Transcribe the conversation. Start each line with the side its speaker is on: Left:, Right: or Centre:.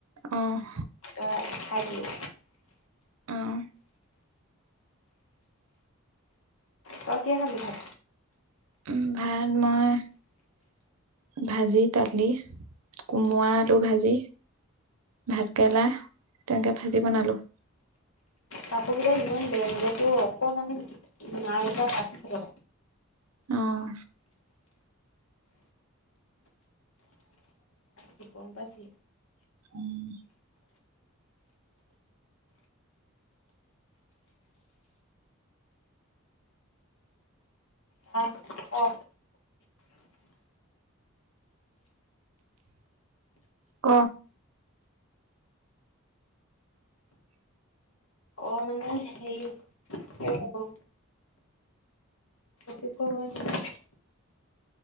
Right: অহ।
Left: অ খাই দিলোঁ।
Right: অ'।
Left: তই কি খালি ভাত?
Right: উম ভাত মই ভাজি দালি, কোমৰা আলু ভাজি। ভাত কেৰেলা তেনেকে ভাজি বনালো।
Left: কাপোৰকিটা ইমান বেম যিটো অকমানো, নাই এইবাৰ পাঁচ কিল।
Right: অহ।
Left: ফবম <unintelligible> পছি
Right: উম।
Left: হয় অ।
Right: ক?
Left: অ মানে সেই কি বুলি কম? ক ক <inaudible>